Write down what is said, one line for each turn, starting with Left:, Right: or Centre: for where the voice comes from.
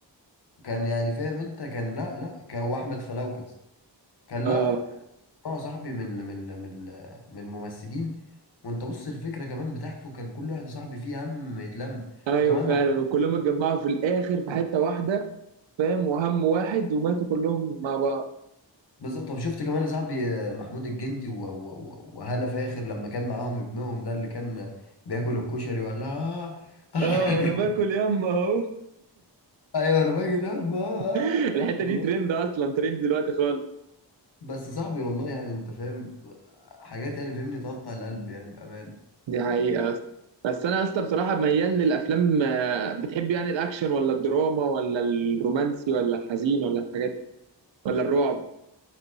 Left: كان يعني فاهم انت كان لا لا كان واحمد فلوكس كان
Right: اه
Left: لا اه صاحبي من ال- من ال- من ال- من الممثلين وانت بص الفكره كمان بتاعته كان كل واحد صاحبي فيه هم ما يتلم
Right: ايوه
Left: وكمان
Right: فعلا
Left: محمود
Right: وكلهم اتجمعوا في الاخر في حته واحده فاهم وهم واحد وماتوا كلهم مع بعض
Left: بالظبط طب شفت كمان يا صاحبي آه، محمود الجندي و- و- و- وهالة فاخر لما كان معاهم ابنهم ده اللي كان بياكل الكشري ولا آه <laughs> آه
Right: اه انا باكل يما اهو
Left: ايوه انا باجي انام آه
Right: <laughs>
Left: آه.
Right: الحته
Left: والله
Right: دي ترند اصلا ترند دلوقتي خالص
Left: بس صاحبي والله يعني انت فاهم حاجات يعني فاهمني تقطع القلب يعني بامانه
Right: دي حقيقه اصلا بس انا اصلا بصراحه ميال للافلام آه، بتحب يعني الاكشن ولا الدراما ولا الرومانسي ولا الحزين ولا الحاجات ولا الرعب